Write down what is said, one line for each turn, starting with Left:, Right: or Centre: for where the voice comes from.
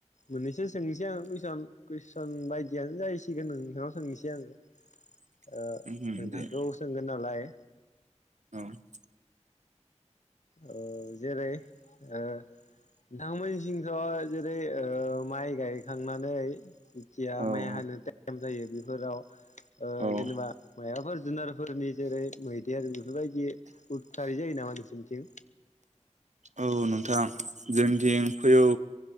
Left: मोननैसो सोंनोसै आङो कुइसन कुइसन बायदियानो जाहैसिगोन नों नोंसनाव सोंनोसै आङो
Right: <inaudible>
Left: ओ
Right: उम
Left: नोंथांखौ
Right: दे
Left: सोंगोन नालाय
Right: औ औ
Left: औ जेरै ओ नोंथांमोनसिंथ' जेरै ओ माइ गायखांनानै खिया
Right: औ
Left: माइ हानो टाइम जायो बेफोराव ओ
Right: औ
Left: जेनेबा माबाफोर जुनारफोरनि जेरै मैदेर बेफोरबायदि उदखारि जायो नामा नोंसिनथिं?
Right: औ नोंथां जोंनिथिं फै औ